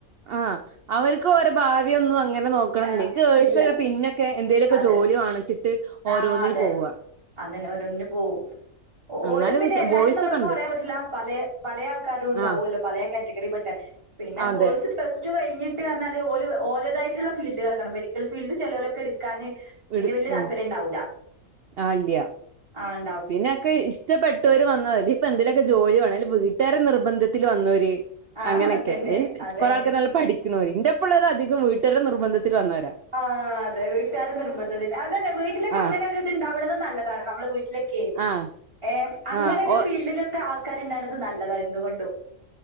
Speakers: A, on the right (about 60°); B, on the right (about 20°).
A: ആഹ് അവർക്ക് ഓരെ ഭാവിയൊന്നും അങ്ങനെ നോക്കണന്നില്ലേ
B: ആഹ്
A: ഗേൾസക്കെ
B: ഇല്ല
A: പിന്നെ ക്കെ എന്തേലു ഒക്കെ
B: അതെ
A: ജോലി വാണച്ചിട്ട് ഓരോന്നിന്
B: ആഹ് അതെ
A: പോവ
B: അതന്നെ ഓരോന്നിന് പോവും.
A: എന്നാലും
B: ഓരും പിന്നെ
A: ചെ
B: എല്ലാരും
A: ബോയ്സ്
B: നമ്മൾക്ക്
A: ഒക്കെ ഉണ്ട്
B: പറയാൻ പറ്റില്ല പലേ പലേ ആൾക്കാരും ഉണ്ടാവൊല്ലോ.
A: ആഹ്
B: പലേ കാറ്റഗറി പെട്ടെ പിന്നെ
A: അതെ
B: ബോയിസ് പ്ലസ് ടു കഴിഞ്ഞിട്ട് അർഞ്ഞാല് ഓല് ഓലതായിട്ടുള്ള ഫീൽഡ് <unintelligible> മെഡിക്കൽ ഫീഡ് ചേലോരൊക്കെ എടുക്കാന് പിന്നെ
A: ഇട്
B: വല്യ താല്പര്യണ്ടാവുല്ല
A: ഉം ആഹ് ഇല്ല്യ
B: ആഹ്
A: പിന്നൊക്കെ ഇഷ്ടപെട്ടോര് വന്നല്ലേ ഇപ്പൊ എന്തിലൊക്കെ ജോലി വേണ. അല്ലെ വീട്ടാരെ നിർബന്ധത്തില് വന്നോര്
B: ആ
A: അങ്ങനെക്കെ
B: അതന്നെ അതന്നെ
A: കൊറേ ആൾക്കെ നല്ല പഠിക്ക്ണോര്. ഇന്റെപ്പള്ളോരധികം വീട്ടാരെ നിർബന്ധത്തിൽ വന്നവരാ
B: ആഹ് അതെ വീട്ടാരെ നിർബന്ധത്തി അതന്നെ വീട്ടിലൊക്കെ
A: ആഹ്
B: അങ്ങനെ ഒരു ഇത് ഇണ്ടാവ്ണതും നല്ലതാണ് നമ്മൾ വീ ട്ടിലൊക്കെ
A: ആഹ്
B: ഏ അങ്ങനെ
A: ആഹ്
B: ഒരു
A: ഓ
B: ഫീൽഡിലൊക്കെ ആൾക്കാര്ണ്ടാണത് നല്ലതാ എന്തുകൊണ്ടും